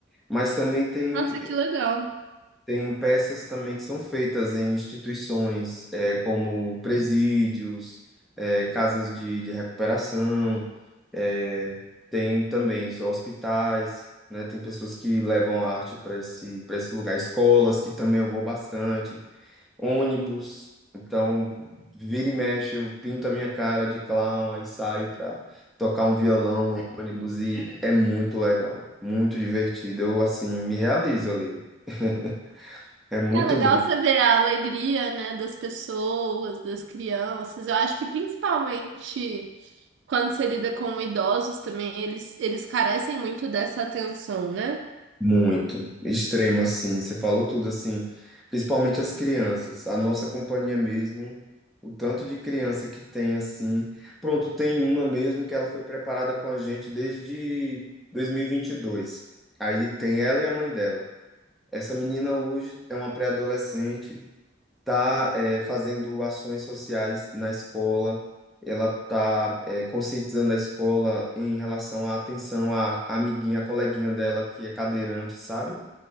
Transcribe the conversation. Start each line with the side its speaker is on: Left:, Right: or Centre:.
Centre: Mas também tem
Right: Nossa, que legal.
Centre: tem peças também que são feitas em instituições, é, como presídios, é, casas de, de recuperação, é, tem também só hospitais, né? Tem pessoas que levam arte para esse, para esse lugar, escolas, que também eu vou bastante, ônibus. Então, vira e mexe, eu pinto a minha cara de clown, aí saio para tocar um violão no ônibus e é muito legal, muito divertido. Eu, assim, me realizo ali. <laughs> É muito
Right: É legal
Centre: bom,
Right: você ver a alegria, né, das pessoas, das crianças. Eu acho que principalmente quando você lida com idosos também, eles, eles carecem muito dessa atenção, né?
Centre: muito. Extremo, assim. Você falou tudo, assim. Principalmente as crianças. A nossa companhia mesmo, o tanto de criança que tem, assim. Pronto, tem uma mesmo que ela foi preparada com a gente desde dois mil e e vinte e dois. Aí tem ela e a mãe dela. Essa menina hoje é uma pré-adolescente, está fazendo ações sociais na escola, ela está conscientizando a escola em relação à atenção à amiguinha, à coleguinha dela que é cadeirante, sabe?